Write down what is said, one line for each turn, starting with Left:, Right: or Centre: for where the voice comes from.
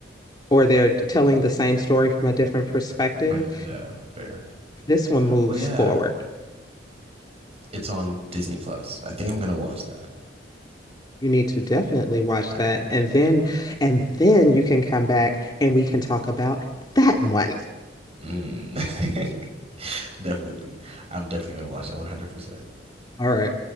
Left: or they're telling the same story from a different perspective.
Right: When- yeah, fair.
Left: This one moves
Right: Oh yeah,
Left: forward.
Right: it's on Disney Plus. I think I'm going to watch that.
Left: You need to definitely watch
Right: I
Left: that,
Right: think I'm
Left: and
Right: definitely
Left: then
Right: going to watch that.
Left: and then you can come back and we can talk about that one.
Right: Mm. <laughs> definitely. I'm definitely going to watch that 100%.
Left: All right.